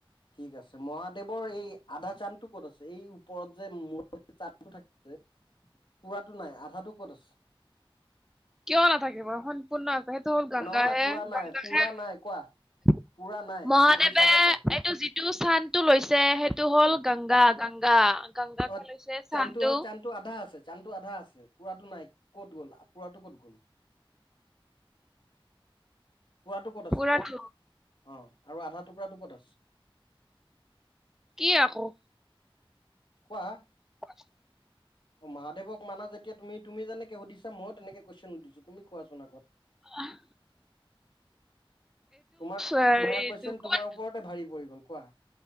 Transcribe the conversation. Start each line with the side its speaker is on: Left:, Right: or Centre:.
Left: ঠিক আছে মহাদেৱৰ এই - আধা চান্টো ক'ত আছে এই ওপৰত যে মূৰত চানটো থাকে যে। পোৱাটো নাই আধাটো ক'ত আছে।
Centre: কিয় নাথাকে বাৰু সম্পূৰ্ণ আছে সেইটো হ'ল গংগা
Left: নহয়
Centre: হে
Left: পুৰা নাই
Centre: গংগা
Left: পুৰা নাই কোৱা
Centre: -
Left: পুৰা নাই
Centre: মহাদেৱে
Left: তুমি চাব পাৰা
Centre: এইটো যিত। যিটো স্থানতটো সেইটো হ'ল
Left: অ
Centre: গংগা গংগা। গংগাকে
Left: অ'
Centre: লৈছে স্থানটো
Left: চানটো হ চানটো আধা আছে। চানতটো আধা আছে পুৰাতো নাই। ফুৰাটো ক'ত গ'ল পুৰাতটো ক'ত গ'ল। পোৱাটো ক'ত আছে
Centre: পুৰাটো
Left: কোৱা, অ' আৰু আধা টুকুৰাটো ক'ত আছে।
Centre: কি আকৌ'।
Left: কোৱা,
Centre: শুনাচোন।
Left: অ' মহাদেৱক মানা যেতিয়া তুমি তুমি যেনেকে সুধিছা মই তেনেকে কুয়েশ্যন সুধিছো তুমি কোৱাচোন আগত।
Centre: আহ'।
Left: তোমাক তোমাৰ
Centre: হেৰি
Left: কুৱেশয়ন
Centre: এইটো ক'ত
Left: তোমাৰ ওপৰতে ভাৰি পৰি গ'ল কোৱা?